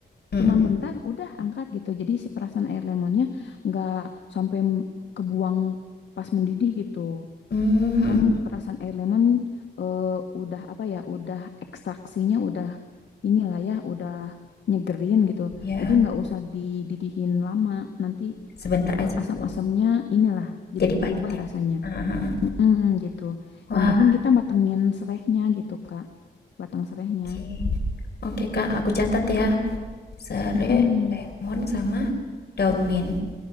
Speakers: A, on the left; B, on the left.
A: Mm-mm.
B: Cuman bentar udah angkat gitu. Jadi si perasan air lemonnya nggak sampai m- kebuang pas mendidih gitu.
A: Mhm.
B: Kan
A: <laughs>
B: perasan air lemon eh, udah apa ya? Udah ekstraksinya udah inilah ya udah nyegerin gitu.
A: Ya,
B: Jadi nggak usah dididihin lama. Nanti
A: sebentar aja
B: eh,
A: gitu.
B: asam-asamnya inilah jadi
A: Jadi pahit
B: berubah
A: ya.
B: rasanya.
A: Aha.
B: Mm-mm, gitu.
A: Wah,
B: Yang penting kita matengin serehnya gitu, Kak. Batang serehnya.
A: Oke. Oke, Kak, aku catat ya. Sere,
B: Mm-mm,
A: lemon sama daun mint.